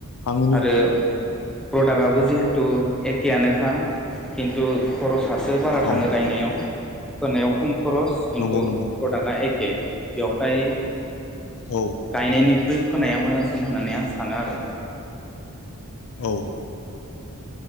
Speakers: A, on the left (about 70°); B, in the centre.
A: आंनिनो
B: आरो। प्रडाक्ट आआबो जिहेथु एखेयनोखा खिन्थु खरस थासो बारा
A: औ
B: थाङो गायनायाव होनायाव खम खरस खिन्थु
A: नंगौ नंगौ
B: प्रडाक्टआ एक बेवहाय
A: औ
B: गायनायनिख्रुइ फोनाया मोजांसिन होननानै आं सानो आरो।
A: औ।